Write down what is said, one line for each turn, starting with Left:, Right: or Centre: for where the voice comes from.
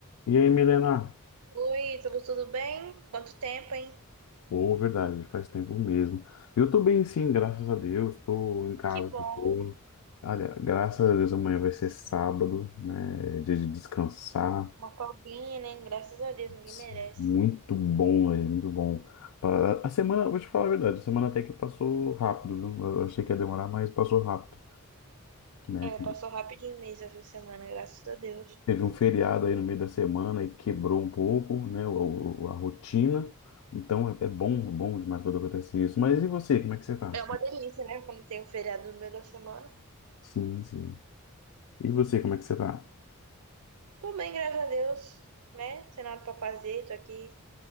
Left: E aí, Milena?
Right: Oi, tudo, tudo bem? Quanto tempo, hein?
Left: Pô, verdade, faz tempo mesmo. Eu tô bem, sim, graças a Deus. Tô em casa
Right: Que bom.
Left: de boa. Olha, graças a Deus amanhã vai ser sábado, né? Dia de descansar.
Right: Uma folguinha, né? Graças a Deus, ninguém
Left: Putz,
Right: merece.
Left: Muito bom, velho, muito bom. Pa- A semana, vou te falar a verdade, a semana até que passou rápido, viu? Eu achei que ia demorar, mas passou rápido, né?
Right: É, passou rapidinho mesmo essa semana, graças a Deus.
Left: Teve um feriado aí no meio da semana e quebrou um pouco, né, o- o- a rotina. Então é, é bom, bom demais quando acontece isso. Mas e você, como é que você tá?
Right: É uma delícia, né? Quando tem o feriado no meio da semana.
Left: Sim, sim. E você, como é que você tá?
Right: Tô bem, graças a Deus, né? Sem nada pra fazer, tô aqui